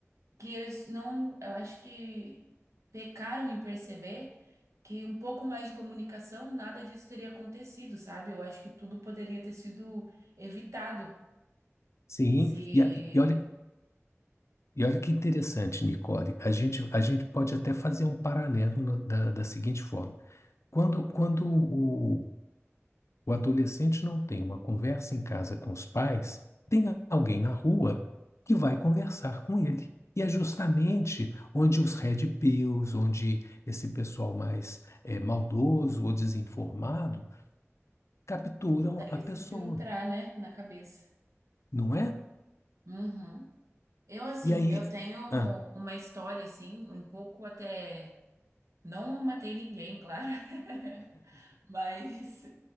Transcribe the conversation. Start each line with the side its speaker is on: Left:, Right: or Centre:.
Right: que eles não, eu acho que pecaram em perceber que um pouco mais de comunicação, nada disso teria acontecido, sabe? Eu acho que tudo poderia ter sido evitado
Left: sim.
Right: se
Left: E, a- e olha, e olha que interessante, Nicole. A gente, a gente pode até fazer um paralelo no- da, da seguinte forma. Quando, quando o, O adolescente não tem uma conversa em casa com os pais, tem alguém na rua que vai conversar com ele. E é justamente onde os red pills, onde esse pessoal mais eh, maldoso ou desinformado capturam
Right: consegue
Left: a pessoa,
Right: se infiltrar, né, na cabeça.
Left: não é?
Right: Uhum. Eu, assim,
Left: E aí.
Right: eu tenho
Left: Ah,
Right: uma história, assim, um pouco até. Não matei ninguém, claro, <laughs> mas